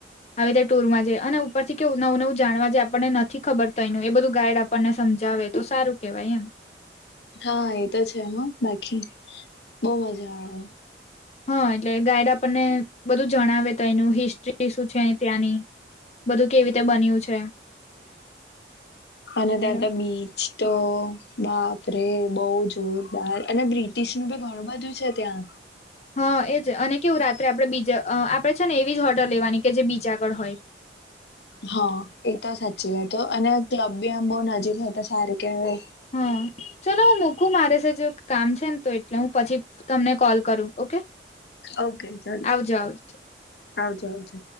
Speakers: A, on the left; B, on the left.
A: આવી રીતે ટુરમાં જે અને ઉપર થી કેવું નવું નવું જાણવા જે આપણને નથી ખબર તયનુ એ બધું ગાઈડ આપણને સમજાવે તો સારું કેહેવાય એમ
B: હા એતો છે હો બાકી બહુ મજા આવે
A: હા એટલે ગાઈડ આપણને બધું જણાવે તો એનું હિસ્ટ્રી શું છે ત્યાંની બધું કેવી રીતે બન્યું છે
B: અને ત્યાં
A: એટલે
B: તો બી સ્તો બાપરે બહુ જોરદાર અને બ્રિટિશ નું બી ઘણું બધું છે ત્યાં
A: હા એજ અને કેવું રાત્રે આપડણે બીજ આપણે છે ને એવી જ હોટલ લેવાની કે જે બીચ આગળ હોય
B: હા એ તો સાચી વાત હો અને ક્લબ બી આમ બોવ નજીક હોય તો સારું કેવાય
A: હા ચલો હું મૂકું મારે છે જો કામ છે ને તો એટલે હું પછી તમને કોલ કરું ઓકે
B: ઓકે ચાલો
A: આવજો આવજો
B: હા ચાલો